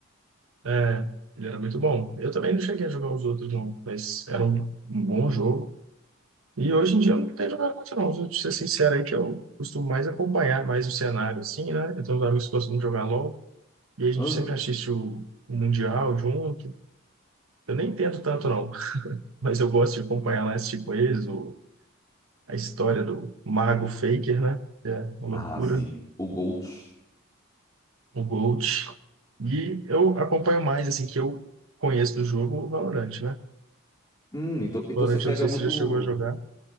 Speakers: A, on the right; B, on the left.
A: É, ele era muito bom. Eu também não cheguei a jogar os outros, não, mas era um, um bom jogo. E hoje em dia eu não tenho jogado muito, não. Se eu te ser sincero aí, que eu costumo mais acompanhar mais o cenário, assim, né? Eu tenho uns amigos que gostam de jogar LOL, e a gente
B: Hã?
A: sempre assiste o, o Mundial junto. Eu nem entendo tanto, não, <laughs> mas eu gosto de acompanhar lá, assistir com eles, o, a história do Mago Faker, né? Que é uma
B: Ah,
A: loucura,
B: sim. O GOAT.
A: o GOAT. E eu acompanho mais, assim, que eu conheço do jogo o Valorant, né?
B: Hum, então, então
A: Valorant,
B: você pega
A: eu não sei
B: muito.
A: se você já chegou a jogar.